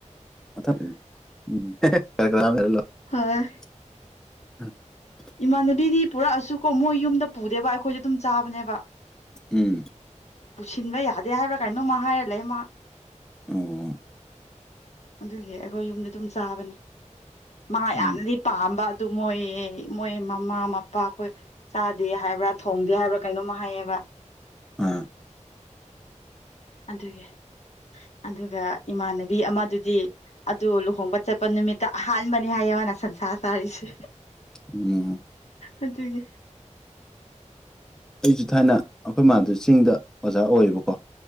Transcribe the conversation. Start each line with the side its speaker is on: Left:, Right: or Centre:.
Centre: <unintelligible>
Left: ꯑꯥ
Centre: <unintelligible>
Left: ꯏꯃꯥꯟꯅꯕꯤꯗꯤ ꯄꯨꯔꯛꯑꯁꯨꯀꯣ ꯃꯣꯏ ꯌꯨꯝꯗ ꯄꯨꯗꯦꯕ ꯑꯩꯈꯣꯏꯗ ꯑꯗꯨꯝ ꯆꯥꯕꯅꯦꯕ
Centre: ꯎꯝ
Left: ꯄꯨꯁꯤꯟꯕ ꯌꯥꯗꯦ ꯍꯥꯏꯕ꯭ꯔꯥ ꯀꯥꯏꯅꯣꯃ ꯍꯥꯏꯔ ꯂꯩꯔ ꯃꯥ
Centre: ꯑꯣ
Left: ꯑꯗꯨꯒꯤ ꯑꯩꯈꯣꯏ ꯌꯨꯝꯗ ꯑꯗꯨꯝ ꯆꯥꯕꯅꯦ ꯃꯥ
Centre: ꯎꯝ
Left: ꯌꯥꯝꯅꯗꯤ ꯄꯥꯝꯕ ꯑꯗꯨ ꯃꯣꯏ ꯃꯣꯏ ꯃꯃꯥ ꯃꯄꯥ ꯑꯩꯈꯣꯏ ꯆꯥꯗꯦ ꯍꯥꯏꯕ꯭ꯔꯥ ꯊꯣꯡꯗꯦ ꯍꯥꯏꯕ꯭ꯔꯥ ꯀꯩꯅꯣꯝꯃ ꯍꯥꯏꯌꯦꯕ <inaudible>
Centre: ꯑꯥ
Left: ꯑꯗꯨꯒꯤ ꯑꯗꯨꯒ ꯏꯃꯥꯟꯅꯕꯤ ꯑꯃꯗꯨꯗꯤ ꯑꯗꯨ ꯂꯨꯍꯣꯡꯕ ꯆꯠꯄ ꯅꯨꯃꯤꯠꯇ ꯑꯍꯥꯟꯕꯅꯤ ꯍꯥꯏ ꯃꯅ ꯁꯟꯁꯥ ꯆꯔꯤꯁꯦ
Centre: ꯎꯝ
Left: ꯑꯗꯨꯒꯤ
Centre: ꯑꯩꯁꯨ ꯊꯥꯏꯅ ꯑꯩꯈꯣꯏ ꯃꯥꯗ ꯆꯤꯡꯗ ꯑꯣꯖꯥ ꯑꯣꯏꯌꯦꯕꯀꯣ